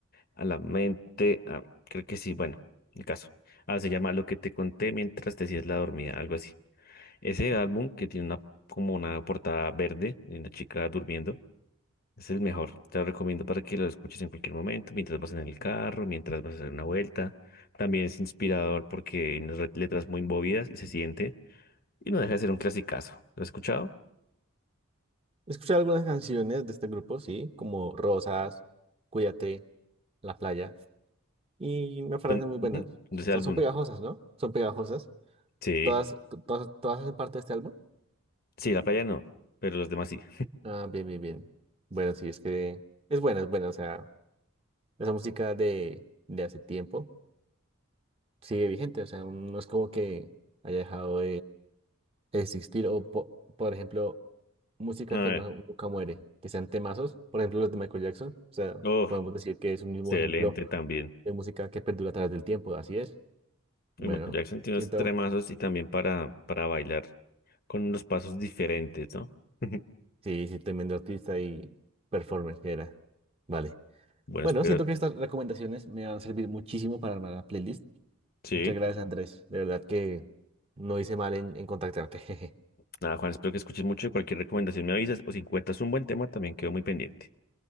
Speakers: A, on the left; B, on the right.
A: a la mente. Ah, creo que sí, bueno, el caso. Ah, se llama Lo que te conté mientras te hacías la dormida, algo así. Ese álbum que tiene una, como una portada verde de una chica durmiendo, es el mejor. Te lo recomiendo para que lo escuches en cualquier momento, mientras vas en el carro, mientras vas a hacer una vuelta. También es inspirador porque hay unas re- letras muy movidas y se siente, y no deja de ser un clasicazo. ¿Lo has escuchado?
B: he escuchado algunas canciones de este grupo, sí, como Rosas, Cuídate, La Playa, y me parecen
A: Son,
B: muy buenas.
A: ujú, de ese
B: O sea,
A: álbum.
B: son pegajosas, ¿no? Son pegajosas.
A: Sí.
B: Todas, to- todas, todas hacen parte de este álbum.
A: Sí, la playa no, pero los demás sí.
B: Ah, bien, bien, bien. Bueno, sí, es que es buena, es buena. O sea, esa música de, de hace tiempo sigue vigente. O sea, no es como que haya dejado existir o, po- por ejemplo, música
A: A
B: que
A: ver,
B: no, nunca muere, que sean temazos, por ejemplo, los de Michael Jackson. O sea,
A: oh,
B: podemos decir que es un mismo
A: excelente
B: ejemplo
A: también.
B: de música que perdura a través del tiempo, así es. Bueno,
A: Y Michael Jackson tiene
B: siento,
A: unos tremazos y también para, para bailar con unos pasos diferentes, ¿no? <laughs>
B: sí, sí, tremendo artista y performer que era. Vale.
A: Bueno,
B: Bueno,
A: espero,
B: siento que estas recomendaciones me van a servir muchísimo para armar la playlist.
A: sí.
B: Muchas gracias, Andrés. De verdad que no hice mal en, en contactarte. <laughs>
A: Nada, Juan, espero que escuches mucho y cualquier recomendación me avisas o si encuentras un buen tema también quedo muy pendiente.